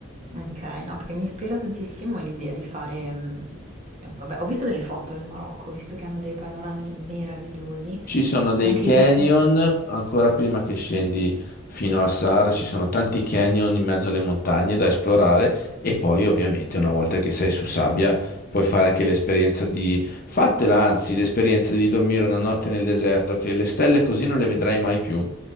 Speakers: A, on the right; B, on the left.
A: Ok, no, perché mi ispira tantissimo l'idea di fare... mm, Vabbè, ho visto delle foto nel Marocco, ho visto che hanno dei panorami meravigliosi,
B: Ci sono dei
A: ma anche
B: canyon,
A: lì... eh,
B: ancora prima che scendi fino a Sahara, ci sono tanti canyon in mezzo alle montagne da esplorare e poi ovviamente una volta che sei su sabbia puoi fare anche l'esperienza di... Fatela anzi, l'esperienza di dormire una notte nel deserto, che le stelle così non le vedrai mai più.